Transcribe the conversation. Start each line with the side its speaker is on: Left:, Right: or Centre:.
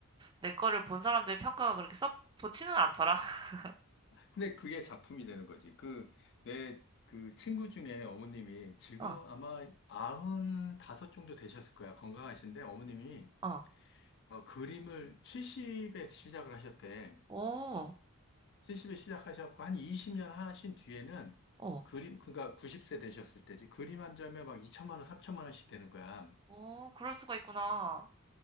Right: 내 거를 본 사람들의 평가가 그렇게 썩 좋지는 않더라. <laughs>
Left: 근데 그게 작품이 되는 거지. 그, 내, 그 친구 중에 어머님이 지금
Right: 어,
Left: 아마 95 정도 되셨을 거야. 건강하신데 어머님이
Right: 어,
Left: 어, 그림을 70에 시작을 하셨대.
Right: 오,
Left: 70에 시작하셨고, 한 20년 하신 뒤에는
Right: 어,
Left: 그림, 그러니까 90세 되셨을 때지. 그림 한 점에 막 2천만 원, 3천만 원씩 되는 거야.
Right: 오, 그럴 수가 있구나.